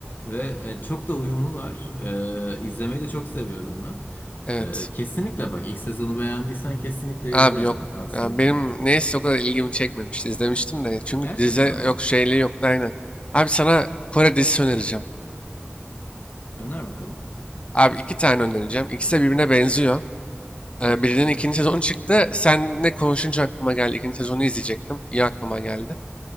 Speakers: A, on the left; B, on the left.
A: ve e, çok da uyumlular. Eee izlemeyi de çok seviyorum ben.
B: Evet.
A: Eee, kesinlikle bak ilk sezonu beğendiysen kesinlikle
B: Abi
A: izle yani
B: yok.
A: tavsiye
B: Ya
A: ederim.
B: benim neyse o kadar ilgimi çekmemişti. İzlemiştim de. Çünkü
A: Gerçekten
B: dizi
A: mi?
B: yok şeyliği yoktu aynen. Abi sana Kore dizisi önereceğim.
A: Öner bakalım.
B: Abi iki tane önereceğim. İkisi de birbirine benziyor. Ee,
A: Hı hı.
B: Birinin ikinci sezonu çıktı. Seninle konuşunca aklıma geldi. İkinci sezonu izleyecektim. İyi aklıma geldi.